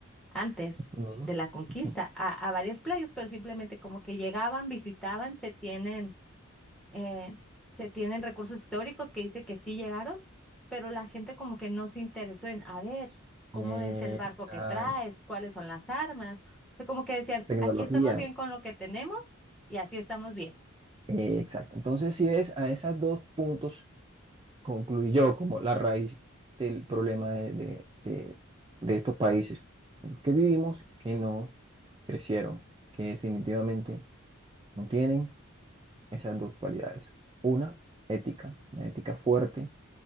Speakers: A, in the centre; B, on the right (about 25°).
A: antes
B: Ujú.
A: de la conquista
B: Ujú.
A: a, a varias playas, pero simplemente como que llegaban, visitaban, se tienen eh, se tienen recursos históricos que dice que sí llegaron, pero la gente como que no se interesó en, a ver, ¿cómo
B: Eh,
A: es el barco
B: Exacto.
A: que traes? ¿Cuáles son las armas? O sea, como que decían,
B: Tecnología.
A: aquí estamos bien con lo que tenemos y así estamos bien.
B: Eh, Exacto. Entonces, si ves, a esos dos puntos concluyó como la raíz del problema de, de- de- de estos países en los que vivimos, que no crecieron, que definitivamente no tienen esas dos cualidades. Una, ética, una ética fuerte,